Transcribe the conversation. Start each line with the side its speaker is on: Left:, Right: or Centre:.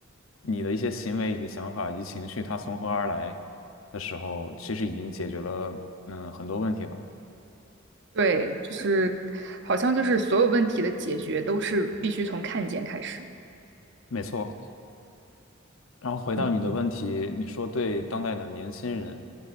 Left: 你的一些行为以及想法以及情绪它从何而来的时候，其实已经解决了嗯很多问题了。
Right: 对，就是好像就是所有问题的解决都是必须从看见开始。
Left: 没错，然后回到你的问题，
Right: 嗯，
Left: 你说对当代的年轻人，